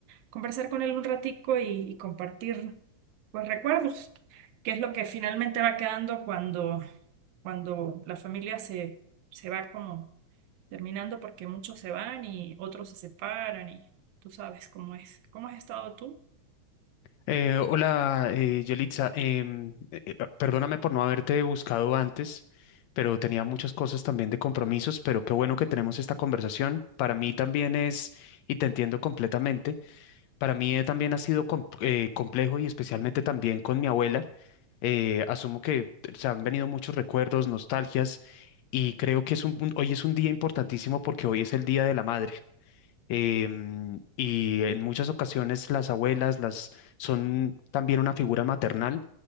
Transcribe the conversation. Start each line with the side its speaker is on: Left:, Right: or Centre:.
Right: conversar con él un ratico y, y compartir pues recuerdos, que es lo que finalmente va quedando cuando, cuando la familia se, se va como terminando porque muchos se van y otros se separan y tú sabes cómo es, cómo has estado tú.
Left: Eh, hola, eh, Yelitza. em, eh, eh, perdóname por no haberte buscado antes, pero tenía muchas cosas también de compromisos, pero qué bueno que tenemos esta conversación. Para mí también es, y te entiendo completamente, para mí eh, también ha sido com- eh, complejo y especialmente también con mi abuela. Eh, asumo que se han venido muchos recuerdos, nostalgias, y creo que es un, un- hoy es un día importantísimo porque hoy es el Día de la Madre em, y en muchas ocasiones las abuelas las son también una figura maternal